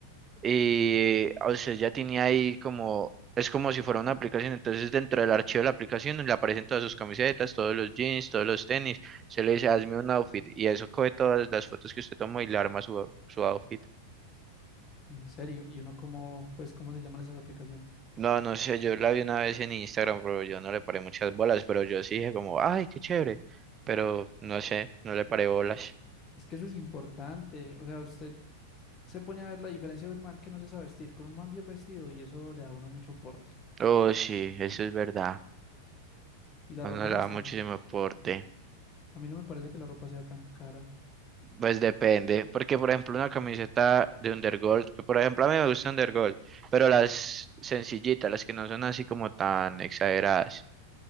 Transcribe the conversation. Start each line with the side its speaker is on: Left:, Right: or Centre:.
Right: Y o sea, ya tenía ahí como, es como si fuera una aplicación, entonces dentro del archivo de la aplicación le aparecen todas sus camisetas, todos los jeans, todos los tenis, se le dice, hazme un outfit, y eso coge todas las fotos que usted tomó y le arma su, su outfit.
Left: en serio. Y uno como, pues, ¿cómo se llaman esas aplicaciones?
Right: No, no sé, yo la vi una vez en Instagram, pero yo no le paré muchas bolas, pero yo sí dije como, ay, qué chévere, pero no sé, no le paré bolas.
Left: Es que eso es importante. O sea, usted se pone a ver la diferencia de un man que no se sabe vestir con un man bien vestido y eso le da a uno mucho porte.
Right: Oh, sí, eso es verdad,
Left: Y la
Right: uno
Left: ropa
Right: le
Left: no
Right: da
Left: es tan,
Right: muchísimo aporte
Left: a mí no me parece que la ropa sea tan cara.
Right: Pues depende, porque por ejemplo una camiseta de Undergold, que por ejemplo a mí me gusta Undergold, pero las sencillitas, las que no son así como tan exageradas.